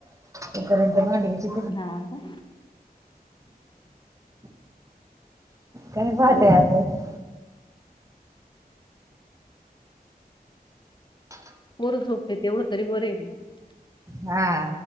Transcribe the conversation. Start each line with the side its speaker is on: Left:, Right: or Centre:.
Right: तोपर्यंत भांडी कशी
Left: हा का
Right: काय वालय अजुन. <unintelligible>
Left: पोरं झोपले तेवढं तरी बरं आहे.
Right: हा